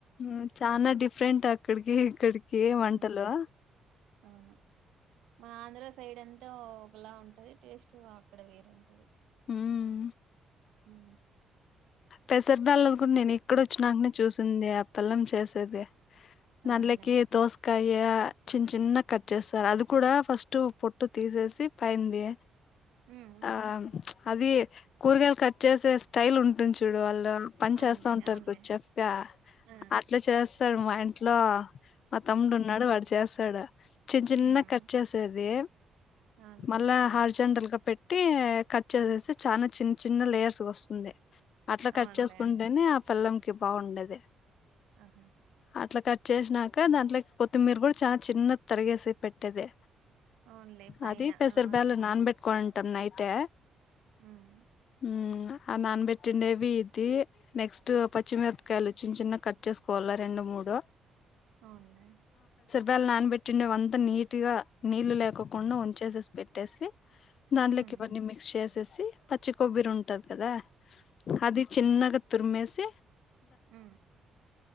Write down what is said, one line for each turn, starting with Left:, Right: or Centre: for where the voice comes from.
Left: ఉ చాన డిఫ్రెంట్ అక్కడికి ఇక్కడికి
Right: ఊ
Left: వంటలు
Right: అవును మా ఆంధ్ర సైడ్ ఎంతో అలా ఉంటది టేస్ట్ అక్కడ వేరుంటది
Left: ఉమ్
Right: హు
Left: పెసర్ బ్యాలను కూడా నేను ఇక్కడొచ్చినాకనే చూసింది అప్పల్లం చేసేది దాంట్లే
Right: అవునులే
Left: కి దోసకా కయ్య చిన్న చిన్న కట్ చేస్తార్ అది కూడా ఫస్ట్ పొట్టు తీసేసి పైంది
Right: ఉమ్
Left: ఆ అది కూరగాయలు కట్ చేసే స్టైల్ ఉంటుంది చూడు వాల్ పని
Right: అవునులే
Left: చేస్తా ఉంటరు
Right: అవునులే
Left: ఇప్పుడు చెఫ్ గా
Right: ఆ
Left: అట్లా చేస్తాడు మా ఇంట్లో మా తమ్ముడు ఉన్నాడు వాడు చేస్తాడు చిన్న చిన్న
Right: ఉమ్
Left: కట్ చేసేది
Right: అవునులే
Left: మల్లా హార్ జండల్ గా ట్టి కట్ చేసేస్తే చాల చిన్న చిన్న లేయర్స్ వస్తుంది అట్లా కట్
Right: అవునులే
Left: చేసుకుంటేనే ఆ పెల్లంకి బాగుండేది
Right: ఆహా
Left: అట్లా కట్ చేసినాక దాంట్లోకి కొత్త్ మిరు కూడా చాలా చిన్న తరిగేసి పెట్టేది
Right: అవునులే పైన
Left: అది పెసర్
Right: అవును
Left: బ్యాలను నాన్ పెట్టుకోయింటమ్ నైటే
Right: ఉమ్
Left: ఊంగా ఆ నానబెట్టిండేవి ఇది నెక్స్ట్ పచ్చిమిరపకాయలు చిన్న చిన్న కట్ చ్చేసుకోవల్ల రెండు మూడు
Right: అవునులే
Left: బ్యాల్ నానబెట్టిండేవి అంతా నీట్ గా నీళ్లు లేకుండా వంచేసేసి పెట్టేసి దాంట్లోకి
Right: ఉమ్
Left: ఇవన్నీ మిక్స్ చేసేసి పచ్చికొబ్బరి ఉంటది కదా అది చిన్నగా తురిమేసి
Right: ఊ